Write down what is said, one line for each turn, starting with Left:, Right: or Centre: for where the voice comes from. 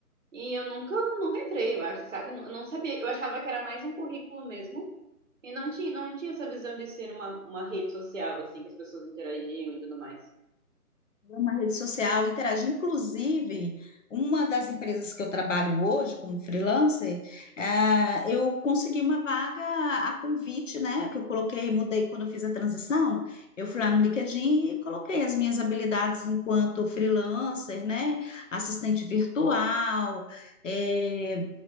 Right: e eu nunca, nunca entrei, eu acho, sabe? Eu não eu não sabia, eu achava que era mais um currículo mesmo e não tinha, não tinha essa visão de ser uma, uma rede social, assim, que as pessoas interagiam e tudo mais.
Left: É Uma rede social interage. Inclusive, uma das empresas que eu trabalho hoje como freelancer, ah, eu consegui uma vaga a convite, né? Que eu coloquei, mudei quando eu fiz a transição. Eu fui lá no LinkedIn e coloquei as minhas habilidades enquanto freelancer, né? Assistente virtual, eh,